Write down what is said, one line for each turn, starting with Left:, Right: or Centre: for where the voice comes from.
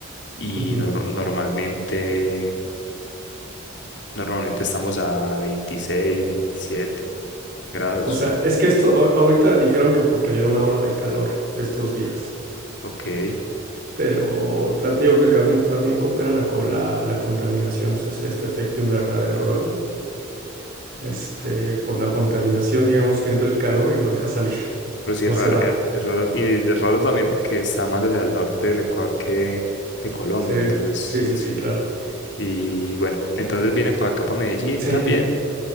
Left: y
Right: Ujú.
Left: nor- normalmente, normalmente estamos a 26 27 grados.
Right: O sea, es que esto, ahor- ahorita dijeron que porque había una ola de calor estos días,
Left: Ok.
Right: pero ta- te digo que también, también coopera la, co- la, la contaminación, o sea, hace este efecto invernadero luego. Este, por la contaminación, digamos que entra el calor y no deja salir, <laughs>
Left: Pero sí, es
Right: no se
Left: raro,
Right: va.
Left: es es raro, y es raro también porque está más hacia el norte del Ecuador que, que Colombia,
Right: Sí,
Left: entonces
Right: sí, sí,
Left: sí.
Right: sí, claro.
Left: Y bueno, entonces viene para acá, para Medellín
Right: <laughs>
Left: también,
Right: Sí,